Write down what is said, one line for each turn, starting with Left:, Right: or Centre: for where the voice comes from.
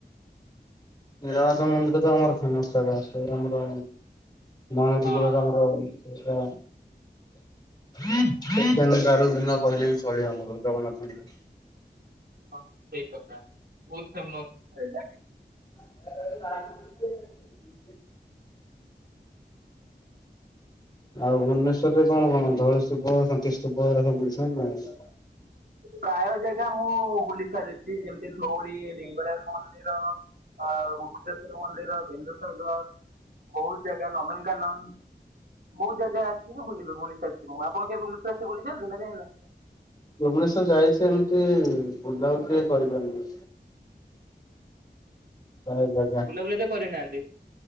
Left: ନୀଳ ମାଧବ ମନ୍ଦିର ତ ଆର ଫେମସ୍ ଜାଗା ସେ ଆମର ମାଣତୀ
Right: ହଁ
Left: ଗୋଳରାମ
Right: ହଁ
Left: ରାଉ ସେଇଟା। ଉକନ୍ ଦାରୁ ବିମା କହିଲେ ବି ଚଳିବ ଆମର ଜଗନ୍ନାଥଙ୍କର।
Right: ହଁ ସେଇ କଥା ବୋହୁତ୍ ଫେମସ୍ ସେଇଟା।
Left: <unintelligible> ଆଉ ଭୁବନେଶ୍ଵରରେ କଣ କଣ ଧଳସୂପ ଶାନ୍ତି ସ୍ତୂପ ଏରା ସବୁ ବୁଲ୍ ଛ। <unintelligible>
Right: ପ୍ରାୟ ଜାଗା ମୁଁ ବୁଲି ସାରିଛି ଯେମିତି ଧଉଳି ଲିଙ୍ଗରାଜ ମନ୍ଦିର ଆ ମୁକ୍ତେଶ୍ୱର ମନ୍ଦିର ବିନ୍ଦୁସାଗର୍ ବୋହୁତ୍ ଜାଗା ନନ୍ଦନ୍ କାନନ୍। ବୋହୁତ୍ ଜାଗା ଅଛି ବୁଲିବେ ବୁଲି ସାରିଛି ମୁଁ ଆପଣ କେବେ ଭୁବନେଶ୍ୱର ଆସି ବୁଲିଛନ୍ତି ମାନେ
Left: ଭୁବନେଶ୍ୱର ଯାଇଛି ଏମିତି ବୁଲାବୁଲି ଟିକେ କରିପାରିନି। ହଏ ଜଗା
Right: ବୁଲାବୁଲି ତ କରିନାହାନ୍ତି